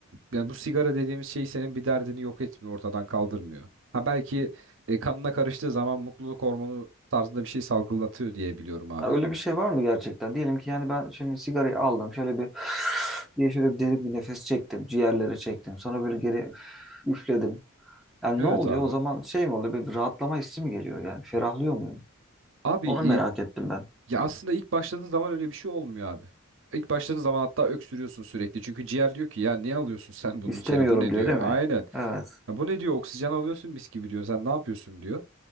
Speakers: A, on the right; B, in the centre.
A: yani bu sigara dediğimiz şey senin bir derdini yok etmiyor, ortadan kaldırmıyor. Ha belki e, kanına karıştığı zaman mutluluk hormonu tarzında bir şey salgılatıyor diye biliyorum abi.
B: Ha, öyle bir şey var mı gerçekten? Diyelim ki yani ben şimdi sigarayı aldım. Şöyle bir <sighs> diye şöyle bir derin bir nefes çektim. Ciğerlere çektim. Sonra böyle geri üfledim. Yani
A: Evet
B: ne oluyor
A: abi.
B: o zaman şey mi oluyor? Böyle bir rahatlama hissi mi geliyor yani? Ferahlıyor muyum?
A: Abi
B: Onu merak ettim ben.
A: Ya aslında ilk başladığın zaman öyle bir şey olmuyor abi. İlk başladığın zaman hatta öksürüyorsun sürekli. Çünkü ciğer diyor ki ya niye alıyorsun sen bunu
B: İstemiyorum
A: içeri? Bu ne diyor?
B: diyor değil mi?
A: Aynen.
B: Evet.
A: "Ya bu ne diyor? Oksijen alıyorsun mis gibi diyor. Sen ne yapıyorsun diyor.